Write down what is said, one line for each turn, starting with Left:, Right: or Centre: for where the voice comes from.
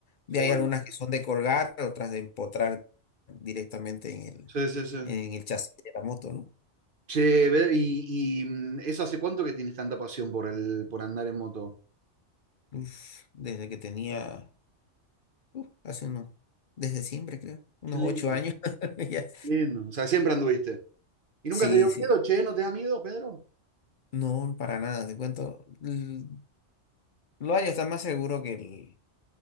Left: Y
Right: qué bueno.
Left: hay algunas que son de colgar, otras de empotrar directamente en el,
Right: Sí, sí, sí.
Left: en el chasis de la moto, ¿no?
Right: Che, ve- y, y, mm, eso hace cuánto que tienes tanta pasión por el, por andar en moto.
Left: Uf, desde que tenía, uf, hace unos, desde siempre creo, unos
Right: Qué lindo,
Left: ocho años. <laughs> ya.
Right: lindo. O sea, siempre anduviste. ¿Y
Left: Sí,
Right: nunca te dio
Left: sí,
Right: miedo, che? ¿No te da miedo, Pedro?
Left: no, para nada, te cuento. l- Lo hay, está más seguro que, el,